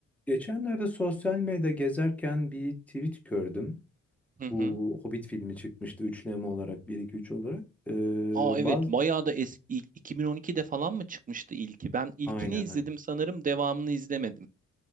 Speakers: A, in the centre; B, on the right (about 25°).
A: Geçenlerde sosyal medyada gezerken bir tweet gördüm.
B: Hı hı.
A: Bu Hobbit filmi çıkmıştı üçleme olarak bir iki üç olarak. Ee,
B: Aa evet
A: bazı
B: bayağı da eski ilk- 2012'de falan mı çıkmıştı ilki? Ben ilkini
A: aynen
B: izledim
A: aynen.
B: sanırım devamını izlemedim.